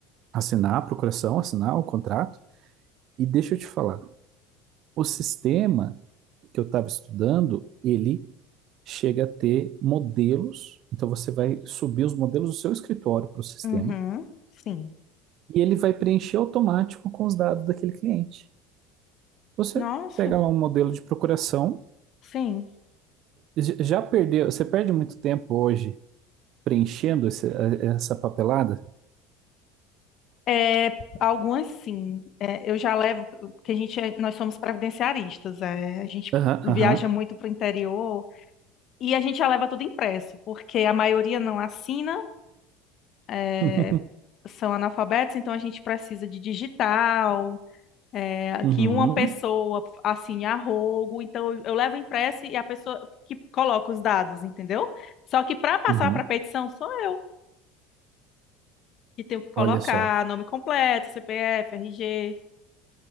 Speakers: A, on the right; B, on the left.
A: assinar a procuração, assinar o contrato. E deixa eu te falar, o sistema que eu estava estudando, ele chega a ter modelos. Então, você vai subir os modelos do seu escritório para o sistema
B: uhum, sim.
A: e ele vai preencher automático com os dados daquele cliente. Você
B: Nossa,
A: pega lá um modelo de procuração,
B: sim.
A: j- já perdeu, você perde muito tempo hoje preenchendo esse- a- essa papelada?
B: É, algumas sim. É, eu já levo, porque a gente é- nós somos previdenciaristas, é, a gente
A: Aham,
B: viaja
A: aham.
B: muito para o interior e a gente já leva tudo impresso, porque a maioria não assina, é,
A: <laughs>
B: são analfabetos, então a gente precisa de digital, é,
A: Uhum,
B: que uma pessoa assine a rogo, então eu, eu levo impresso e a pessoa que coloca os dados, entendeu? Só que para passar
A: uhum.
B: para petição sou eu que tenho que colocar
A: Olha só.
B: nome completo, CPF, RG.